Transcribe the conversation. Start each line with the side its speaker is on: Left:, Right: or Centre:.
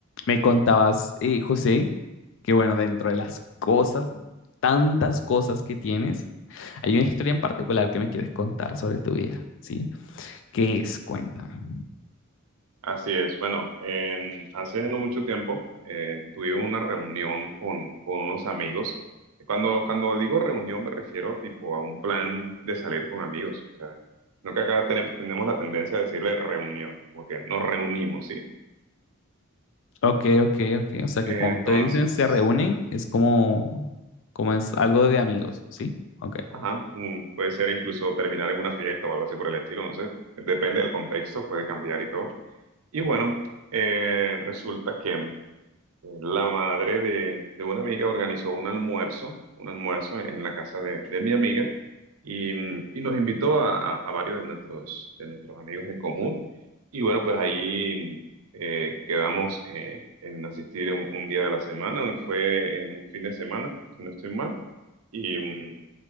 Left: Me contabas, eh, José, que bueno, dentro de las cosas, tantas cosas que tienes, hay una historia en particular que me quieres contar sobre tu vida, ¿sí? ¿Qué es? Cuéntame.
Right: Así es. Bueno, en- hace no mucho tiempo eh, tuve una reunión con, con unos amigos. Cuando, cuando digo reunión me refiero tipo a un plan de salir con amigos. O sea, no que acá tenemos, tenemos la tendencia a decirle reunión, como que nos reunimos, ¿sí?
Left: Ok, ok, ok. O sea que
Right: Eh,
Left: cuando
Right: entonces,
Left: te dicen se reúnen, es como, como es algo de amigos, ¿sí? Ok.
Right: ajá, mm, puede ser incluso terminar en una fiesta o algo así por el estilo, no sé. Depende del contexto, puede cambiar y todo. Y bueno, eh, resulta que... La madre de, de una amiga organizó un almuerzo, un almuerzo en la casa de, de mi amiga y, y nos invitó a, a varios de nuestros, de nuestros amigos en común. Y bueno, pues ahí eh, quedamos eh, en asistir un, un día de la semana, fue en un fin de semana, si no estoy mal. Y, mm,